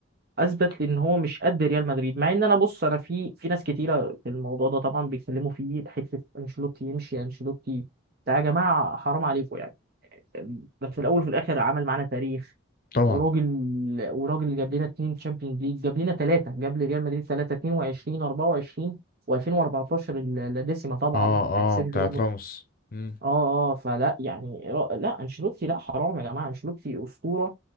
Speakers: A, on the right (about 45°); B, on the left (about 45°).
A: اثبت لي ان هو مش قد ريال مدريد مع ان انا بص انا في في ناس كتيره في الموضوع ده طبعا بيتكلموا فيه حته انشيلوتي يمشي انشيلوتي ده يا جماعه حرام عليكم يعني بس في الاول وفي الاخر عمل معانا تاريخ
B: طبعا
A: وراجل وراجل جاب لنا اتنين تشامبيونز ليج جاب لنا ثلاثه جاب لريال مدريد ثلاثه 22 24 و2014 اللاديسيما طبعا
B: اه
A: بتاعت
B: اه
A: سيرجيو
B: بتاعت
A: روبرت
B: راموس مم.
A: اه اه فلا يعني را- لا انشيلوتي لا حرام يا جماعه انشيلوتي اسطوره